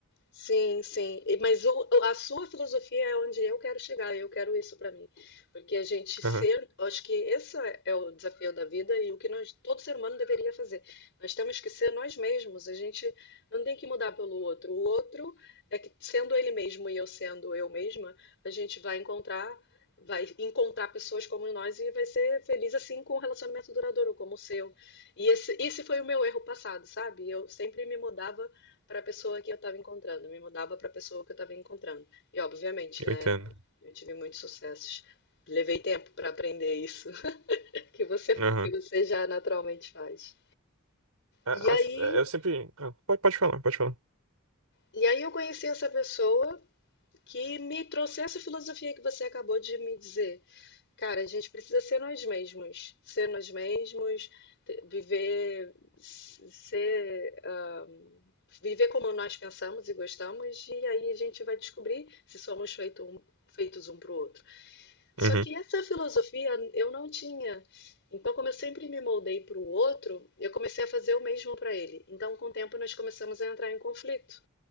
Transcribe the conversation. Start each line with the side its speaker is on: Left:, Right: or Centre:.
Left: Sim, sim. E- Mas o- a sua filosofia é onde eu quero chegar, eu quero isso para mim. Porque a gente ser,
Right: Aham,
Left: eu acho que esse é é o desafio da vida e o que nós, todo ser humano deveria fazer. Nós temos que ser nós mesmos, a gente não tem que mudar pelo outro. O outro é que sendo ele mesmo e eu sendo eu mesma, a gente vai encontrar, vai encontrar pessoas como nós e vai ser feliz assim com um relacionamento duradouro como o seu. E esse, esse foi o meu erro passado, sabe? Eu sempre me mudava para a pessoa que eu estava encontrando, me mudava para a pessoa que eu estava encontrando. E obviamente, né,
Right: eu entendo.
Left: eu tive muitos sucessos. Levei tempo para aprender isso <laughs> que você
Right: Aham.
Left: que você já naturalmente faz.
Right: a-
Left: E aí,
Right: as- é, Eu sempre. ah, Pode, pode falar, pode falar.
Left: e aí eu conheci essa pessoa que me trouxe essa filosofia que você acabou de me dizer. Cara, a gente precisa ser nós mesmos, ser nós mesmos, te- viver, s- ser, ah, viver como nós pensamos e gostamos, e aí a gente vai descobrir se somos feito um- feitos um para o outro. Só
Right: Uhum.
Left: que essa filosofia eu não tinha. Então, como eu sempre me moldei para o outro, eu comecei a fazer o mesmo para ele. Então, com o tempo, nós começamos a entrar em conflito,